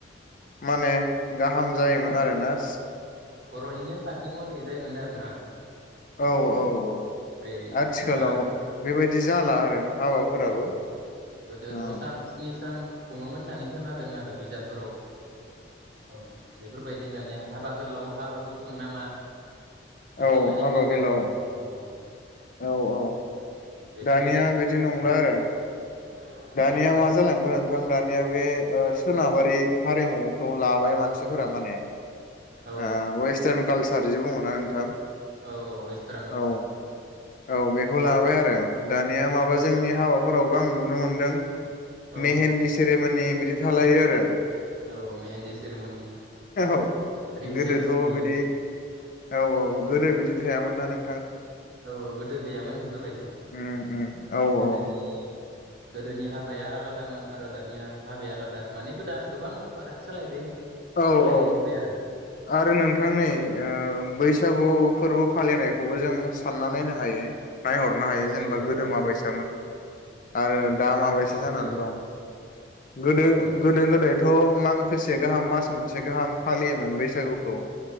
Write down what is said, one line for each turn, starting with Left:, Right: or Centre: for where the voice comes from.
Left: माने गाहाम जायोमोन आरोना सि।
Right: बर'नि नेम खान्थि महरै जायोमोन आरोना।
Left: औ औ औ
Right: बै
Left: आथिखालाव
Right: मा
Left: बेबायदि जाला आरो। हाबाफोराबो
Right: औ औ गोदो
Left: औ
Right: द सान स्नि सान। खुङोमोन होननानै खोनादों आरो बिजाब। फोराव औ बेफोरबायदि माने हाबा गोलाव हाबा गुसुं नामा बिदि
Left: औ
Right: माने
Left: हाबा
Right: बिजाबावमोन
Left: गोलाव
Right: औ।
Left: औ औ।
Right: बेफोरबायदि
Left: दानिया
Right: खङोमोन
Left: बिदि
Right: आरोना
Left: नंला आरो।
Right: <inaudible>
Left: दानिया
Right: उम,
Left: मा जालांखो नोंथां दानिया बे ओ सोनाबारि हारिमु औ लाबाय मानसिफोरा माने
Right: औ
Left: ओ वेसतार्न कालसा सारजि बुङोना नोंथां?
Right: औ औ वेसत्रान कालसार।
Left: औ औ बेखौ लाबाय आरो। दानिया माबा
Right: उम,
Left: जोंनि हाबाफोर फोरावबो आं नुनो मोन दों
Right: औ
Left: मेहेनदि सेरेमोनि बिदि थालायो आरो।
Right: औ मेहेन्दि सेरेमनि
Left: औ
Right: रिं
Left: गोदोथ'
Right: सेरेमनि
Left: बिदि औ औ गोदो बिदि थायामोन ना नों
Right: औ गोदो गैयामोन बेफोरबायदि
Left: उम उम औ
Right: गोदोनि
Left: औ
Right: गोदोनि हाबाया आलादोन आरो दानि हाबाया आलादा माने गोदा गोबां फाराग सालायबाय
Left: औ
Right: सोलायनाय
Left: औ
Right: नुबाय आरो
Left: आरो नोंथांनि बैसागु फोरबो फालिनायखौबो जों सानना नायनो हायो नायहरनो हायो जेनेबा
Right: औ औ
Left: गोदोमा बायसामोन आरो दा माबायसा
Right: औ
Left: जानानै
Right: जोंहाबोरै
Left: दं गोदो
Right: औ
Left: गोदो गोदायथ गोसे गाहाम मास मोनसे गाहाम फालियोमोन बैसागो बैसागुखौ